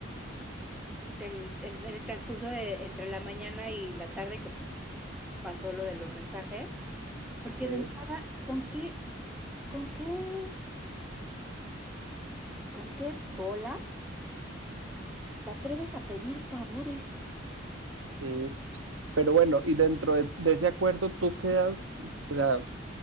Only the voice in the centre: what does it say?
en el, en el transcurso de entre la mañana y la tarde que pasó lo de los mensajes. Porque
de entrada, ¿con qué, con qué, con qué bolas te atreves a pedir favores?